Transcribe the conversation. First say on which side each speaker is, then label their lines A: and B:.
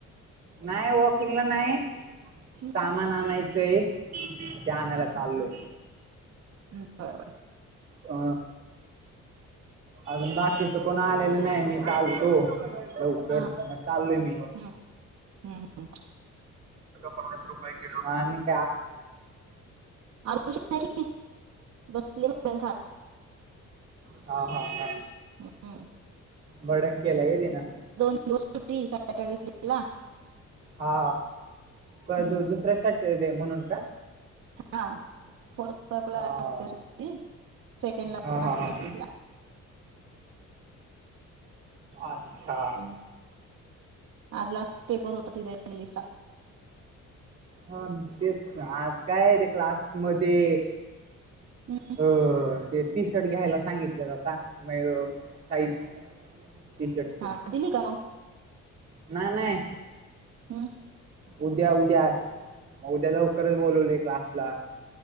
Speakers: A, on the right (about 30°); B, on the right (about 55°).
A: नाही वॉकिंगला नाही
B: हम्म,
A: सामान आणायचंय ते आणायला चाललय
B: हम्म, बर बर
A: ह अजून
B: ठीक
A: बाकीच
B: आहे.
A: कोणा आलेलं नाही मी चालतो लवकर
B: हा
A: मग चाललय मी
B: हम्म, हम्म, हम्म.
A: प्ना टुपया किो घा
B: आ कि बसले ख
A: हा हा हा
B: हम्म.
A: बडण केल्या ग त ना
B: दोज सुट्टी सॅटरडेस गेला
A: हा
B: हम्म
A: पर द दुसऱ्या शट दे म्हणून का
B: हा फोर्थ ला पला
A: हा
B: असते सुट्टी सेकेंड ला
A: हा
B: पण
A: हा
B: असते सुट्टीला
A: हा. अच्छा
B: आणि आज लास्ट पेपर होता तिचा इंग्लिशचा
A: ह तेच आज काय आहे ते क्लास मध्ये
B: हम्म.
A: हो ते टी शर्ट घ्यायला सांगितले जात म साईज टी शर्टची
B: हा दिली का ना
A: नाही नाही.
B: हां.
A: उद्या उद्या मग उद्या लवकरच बोलवले क्लासला.